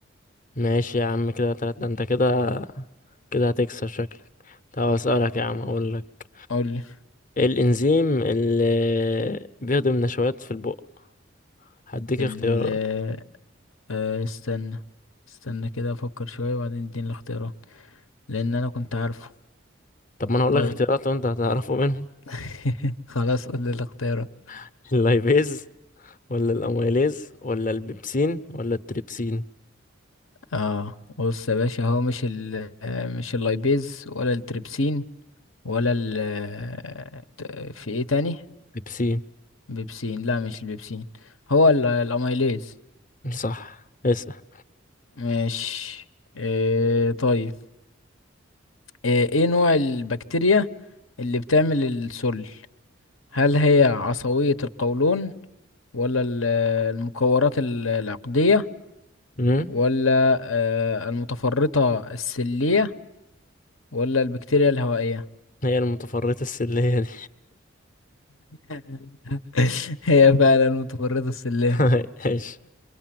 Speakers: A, on the left (about 40°); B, on the left (about 80°).
A: ماشي يا عم كده تلاتة انت كده كده هتكسب شكلك طب اسألك يا عم اقول لك
B: قولي
A: ايه الانزيم اللي بيهضم نشويات في البق هديك
B: ال
A: اختيارات
B: آه آه، استنى استنى كده افكر شوية وبعدين اديني الاختيارات لان انا كنت عارفه
A: طب ما انا هقول
B: طيب
A: لك اختيارات وانت هتعرفه منهم
B: <laughs> خلاص قول لي الاختيارات
A: <laughs> اللايبيز ولا الاميليز ولا البيبسين ولا التريبسين
B: اه بص يا باشا هو مش ال آه، مش اللايبيز ولا التريبسين ولا ال آه، ت- في ايه تاني
A: بيبسين
B: بيبسين لا مش البيبسين هو ال- الاميليز
A: صح اسأل
B: مش إيه طيب ايه إيه نوع البكتيريا اللي بتعمل السل هل هي عصبية القولون ولا ال- المكورات ال- العقدية
A: مم؟
B: ولا آه، المتفرطة السلية ولا البكتيريا الهوائية
A: هي المتفرطة السلية دي
B: <laughs> هي فعلا المتفرطة السلية
A: <laughs> ايش